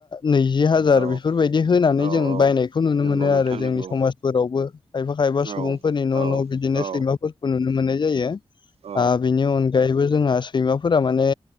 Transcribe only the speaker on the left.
नैजि हाजार
बेफोरबायदि होनानै
जों
बायनायखौ नुनो
मोनो
आरो जोंनि
समाजफोरावबो खायफा खायफा
सुबुंफोरनि न'
न' बिदिनो
सैमाफोरखौ नुनो मोनाय जायो
आ बिनि अनैबो जोंहा सैमाफोरा माने